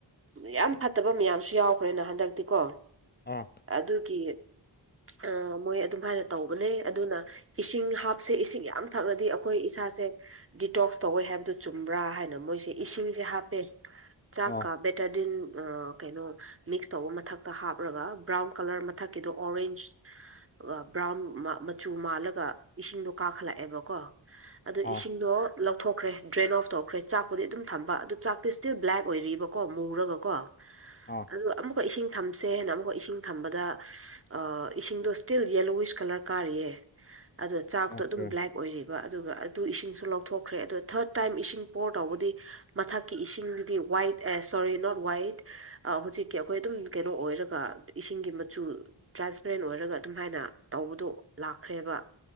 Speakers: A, on the right; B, on the left.
A: ꯌꯥꯝ ꯐꯠꯇꯕ ꯃꯌꯥꯝꯁꯨ ꯌꯥꯎꯈ꯭ꯔꯦꯅ ꯍꯟꯗꯛꯇꯤ ꯀꯣ
B: ꯑꯥ
A: ꯑꯗꯨꯒꯤ ꯑꯥ ꯃꯣꯏ ꯑꯗꯨꯝ ꯃꯥꯏꯅ ꯇꯧꯕꯅꯦ ꯑꯗꯨꯅ ꯏꯁꯤꯡ ꯍꯥꯞꯁꯦ ꯏꯁꯤꯡ ꯌꯥꯝ ꯊꯛꯂꯗꯤ ꯑꯩꯈꯣꯏ ꯏꯁꯥ ꯁꯦ ꯗꯤꯇꯣꯛꯁ ꯇꯧꯋꯦ ꯍꯥꯏꯕꯗ ꯆꯨꯝꯕ꯭ꯔꯥ ꯍꯥꯏꯅ ꯃꯣꯏꯁꯦ ꯏꯁꯤꯡꯁꯦ ꯍꯥꯞꯄꯦ ꯆꯥꯛꯀ
B: ꯑꯥ ꯑꯥ
A: ꯕꯦꯇꯥꯗꯤꯟ ꯑꯥ ꯀꯩꯅꯣ ꯃꯤꯛꯁ ꯇꯧꯕ ꯃꯊꯛꯇ ꯍꯥꯞꯔꯒ ꯕ꯭ꯔꯥꯎꯟ ꯀꯂꯔ ꯃꯊꯛꯀꯤꯗꯣ ꯑꯣꯔꯦꯟꯖ ꯕ꯭ꯔꯥꯎꯟ ꯃꯆꯨ ꯃꯥꯜꯂꯒ ꯏꯁꯤꯡꯗꯣ ꯀꯥꯈꯠꯂꯛꯑꯦꯕ ꯀꯣ ꯑꯗꯨ
B: ꯑꯥ
A: ꯏꯁꯤꯡꯗꯣ ꯂꯧꯊꯣꯛꯈ꯭ꯔꯦ ꯗ꯭ꯔꯦꯟ ꯑꯣꯐ ꯇꯧꯈ꯭ꯔꯦ ꯆꯥꯛꯄꯨꯗꯤ ꯑꯗꯨꯝ ꯊꯝꯕ ꯑꯗꯨ ꯆꯥꯛꯇꯤ ꯁ꯭ꯇꯤꯜ ꯕ꯭ꯂꯦꯛ ꯑꯣꯏꯔꯤꯕ ꯀꯣ ꯃꯨꯔꯒ ꯀꯣ
B: ꯑꯥ
A: ꯑꯗꯨꯒ ꯑꯃꯨꯛꯀ ꯏꯁꯤꯡ ꯊꯝꯁꯦ ꯍꯥꯏꯅ ꯑꯃꯨꯛꯀ ꯏꯁꯤꯡ ꯊꯝꯕꯗ ꯑꯥ ꯏꯁꯤꯡꯗꯣ ꯁ꯭ꯇꯤꯜ ꯌꯦꯜꯂꯣꯋꯤꯁ ꯀꯂꯔ ꯀꯥꯔꯤꯌꯦ ꯑꯗꯣ ꯆꯥꯛꯇꯣ
B: ꯑꯣꯀꯦ
A: ꯑꯗꯨꯝ ꯕ꯭ꯂꯦꯛ ꯑꯣꯏꯔꯤꯕ ꯑꯗꯨꯒ ꯇꯨ ꯏꯁꯤꯡꯁꯨ ꯂꯧꯊꯣꯛꯈ꯭ꯔꯦ ꯑꯗ ꯊꯔꯠ ꯇꯥꯏꯝ ꯏꯁꯤꯡ ꯄꯣꯔ ꯇꯧꯕꯗꯤ ꯃꯊꯛꯀꯤ ꯏꯁꯤꯡꯗꯨꯗꯤ ꯋꯥꯏꯠ ꯑꯦ ꯁꯣꯔꯤ ꯅꯣꯠ ꯋꯥꯏꯠ ꯑ ꯥꯍꯧꯖꯤꯛꯀꯤ ꯑꯩꯈꯣꯏ ꯑꯗꯨꯝ ꯀꯩꯅꯣ ꯑꯣꯏꯔꯒ ꯏꯁꯤꯡꯒꯤ ꯃꯆꯨ ꯇ꯭ꯔꯥꯟꯁꯄꯦꯔꯦꯟ ꯑꯣꯏꯔꯒ ꯑꯗꯨꯝ ꯍꯥꯏꯅ ꯇꯧꯕꯗꯨ ꯂꯥꯛꯈ꯭ꯔꯦꯕ